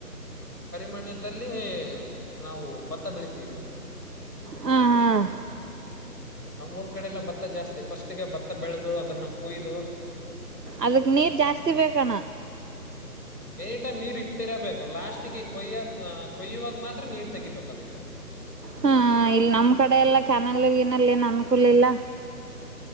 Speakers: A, on the left (about 75°); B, on the right (about 80°).
A: ಮಣ್ಣಿದ್ದಲ್ಲಿ ನಾವು ಭತ್ತ ಬೆಳ್ತೇವೆ
B: ಹ್ಮ ಹ್ಮ್
A: ನಮ್ಮೂಊರ್ ಕಡೆಲ್ಲ ಭತ್ತ ಜಾಸ್ತಿ ಫಸ್ಟ್ಿಗೆ ಭತ್ತ ಬೆಳೆದು ಅದನ್ನ ಕುಯ್ದು
B: ಅದಕ್ ನೀರ್ ಜಾಸ್ತಿ ಬೇಕಣ
A: ಎನಿ ಟೈಮ್ ನೀರ್ ಇಟ್ಟಿರಬೇಕು ಲಾಸ್ಟ್ ಕೊಯ್ಯುವಾಗ ಮಾತ್ರ ನೀರ್ ತೆಗಿಬೇಕ ಅದಕ್ಕೆ
B: ಹಾ ಇಲ್ಲಿ ನಮ್ ಕಡೆ ಎಲ್ಲಾ ಕ್ಯಾನಲ್ಗಏನಲ್ಲ ಏನು ಅನುಕೂಲ ಇಲ್ಲ